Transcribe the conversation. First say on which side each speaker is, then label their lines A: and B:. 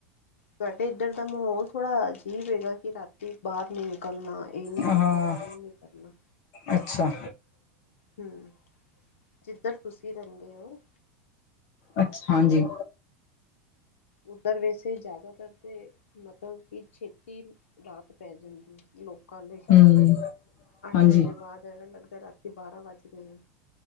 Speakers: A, on the left; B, on the left.
A: ਤੁਆਡੇ ਇੱਧਰ ਦਾ ਮਹੌਲ ਥੋੜ੍ਹਾ ਅਜੀਬ ਹੈਗਾ, ਕਿ ਰਾਤੀ ਬਾਰ ਨੀ ਨਿਕਲਣਾ। ਏ ਇਹ ਨੀ
B: ਹਾਂ
A: ਕਰਨਾ, ਉਹ ਨੀ ਕਰਨਾ।
B: ਅੱਛਾ।
A: ਹਮ, ਜਿੱਧਰ ਤੁਸੀਂ ਰੈਂਦੇ ਓ।
B: ਅੱਛਾ ਹਾਂਜੀ।
A: ਉੱਧਰ ਵੈਸੇ ਜ਼ਿਆਦਾਤਰ ਤੇ, ਮਤਲਬ ਕਿ ਛੇਤੀ ਰਾਤ ਪੈ ਜਾਂਦੀ, ਲੋਕਾਂ ਲਈ।
B: ਹਮ
A: ਅੱਠ
B: ਹਾਂਜੀ
A: ਵਜੇ ਬਾਅਦ ਐਵੇਂ ਲੱਗਦਾ ਐ, ਰਾਤੀ ਬਾਰਾਂ ਵੱਜ ਗਏ ਏ।